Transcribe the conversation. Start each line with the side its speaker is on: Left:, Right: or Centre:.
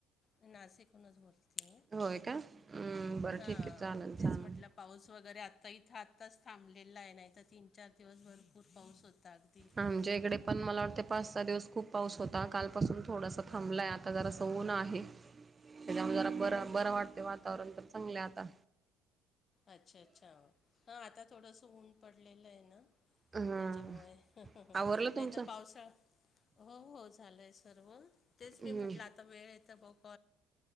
Left: मी नाशिकहूनच बोलते.
Right: होय का बरं
Left: हा
Right: ठीक आहे चालेल चालेल
Left: तेच म्हटलं. पाऊस वगैरे आता इथं आत्ताच थांबलेला आहे. नाही तर तीन चार दिवस भरपूर पाऊस होता अगदी.
Right: आमच्या इकडे
Left: म्हणजे?
Right: पण
Left: अ्
Right: मला वाटते पाच सहा दिवस खूप पाऊस होता. कालपासून थोडंस थांबला आहे. आता जरास उन आहे. त्याच्यामुळे
Left: हो
Right: जरा बर
Left: का
Right: बरं वाटते वातावरण तर चांगलं हाय आता.
Left: अच्छा! अच्छा! हा आता थोडंस ऊन पडलेलं आहे ना.
Right: हा
Left: त्याच्यामुळे ह ह ह
Right: आवरलं
Left: नाही
Right: तुमचं
Left: तर पावसाळा हो हो झालंय सर्व. तेच
Right: हम्म
Left: मी म्हटलं आता वेळ आहे तर बघू